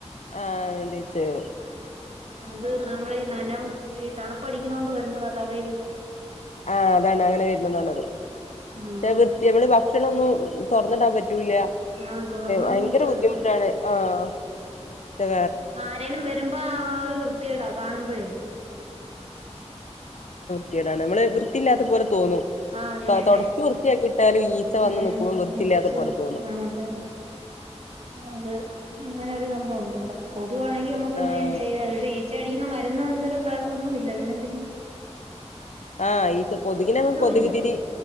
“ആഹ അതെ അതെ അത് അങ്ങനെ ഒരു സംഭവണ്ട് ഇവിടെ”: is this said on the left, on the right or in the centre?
Right